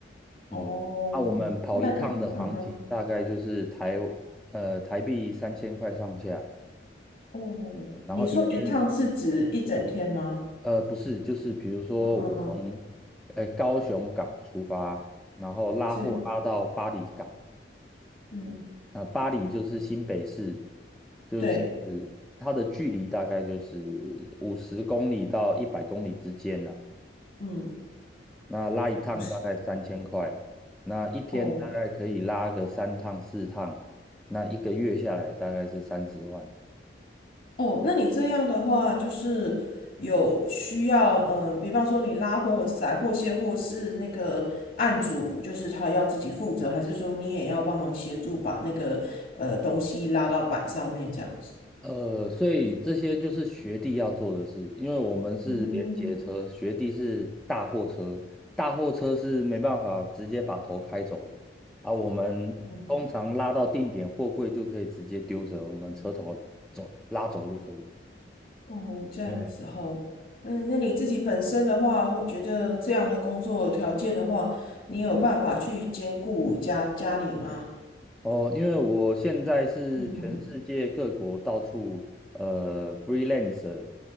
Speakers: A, in the centre; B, on the left.
A: 嗯，
B: 哦，
A: 那我们跑一趟的行情大概就是台
B: 那嗯哼，
A: 呃台币三千块上下，
B: 哦，
A: 然后一天
B: 你说一趟是指一整天吗？
A: 呃不是，就是比如说我从
B: 嗯嗯嗯，
A: 呃高雄港出发，然后拉货拉到巴黎港，
B: 是，嗯，
A: 啊、巴黎就是新北市，就是
B: 对，
A: 它的距离大概就是五十公里到一百公里之间呢、
B: 嗯，
A: 那拉一趟大概三千块，
B: 不是的，
A: 那一天大概可以拉个三趟四趟，
B: 哦
A: 那一个月下来大概是三十万。
B: 哦，那你这样的话，就是有需要，嗯、呃比方说你拉货、载货、卸货是那个案主，就是他要自己负责，还是说你也要帮忙协助把那个呃东西拉到板上面这样子？
A: 呃，所以这些就是学弟要做的事，因为我们是连接车，
B: 嗯
A: 学弟是大货车，大货车是没办法直接把头开走的啊。我们通常拉到定点，
B: 嗯哼。
A: 货柜就可以直接丢着，我们车头走拉走就可以了。
B: 哦，这样子吼，
A: 哎
B: 嗯，那你自己本身的话，会觉得这样的工作条件的话，你有办法去兼顾家家里吗？
A: 哦，因为我现在是全世界各国到处呃
B: <laughs> 嗯哼哼，
A: freelancer，